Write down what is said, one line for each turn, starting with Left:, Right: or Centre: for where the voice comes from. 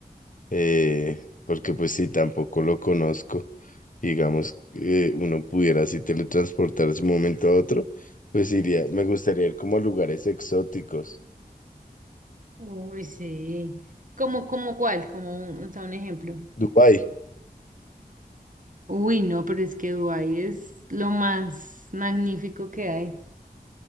Left: eh, porque pues sí, tampoco lo conozco. Digamos, eh, uno pudiera así teletransportarse de un momento a otro, pues iría, me gustaría ir como a lugares exóticos.
Right: Uy, sí. como como cuál? Como un, o sea, un ejemplo.
Left: Dubái.
Right: Uy, no, pero es que Dubái es lo más magnífico que hay.